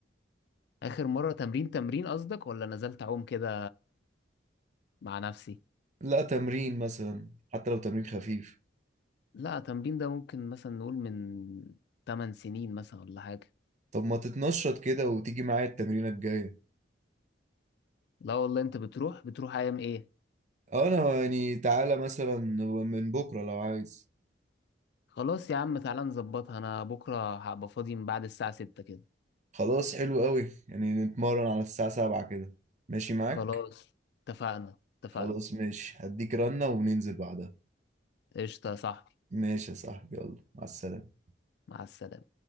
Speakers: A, on the left (about 65°); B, on the right (about 40°).
A: آخر مرة تمرين تمرين قصدك ولا نزلت أعوم كده مع نفسي
B: لا تمرين مثلا حتى لو تمرين خفيف
A: لا تمرين ده ممكن مثلا نقول من 8 سنين مثلا ولا حاجة
B: طب ما تتنشط كده وتيجي معايا التمرينة الجاية
A: لا والله انت بتروح بتروح ايام ايه
B: اه انا يعني تعالى مثلا من بكرة لو عايز
A: خلاص يا عم تعالى نظبطها انا بكرة هبقى فاضي من بعد الساعة 6 كده
B: خلاص حلو قوي يعني نتمرن على الساعة سبعة كده ماشي معاك؟
A: خلاص اتفقنا اتفقنا
B: خلاص ماشي هديك رنة وننزل بعدها
A: قشطة يا صاحبي
B: ماشي يا صاحبي يلا مع السلامة
A: مع السلامة